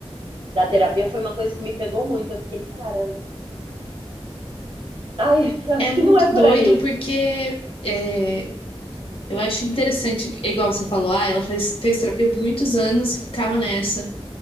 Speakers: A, on the right; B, on the left.
A: da terapia foi uma coisa que me pegou muito. Eu fiquei, cara, ai, <laughs> acho
B: É muito
A: que não é por
B: doido
A: aí.
B: porque é, eu acho interessante, é igual você falou, ah, ela faz, fez terapia por muitos anos e ficava nessa.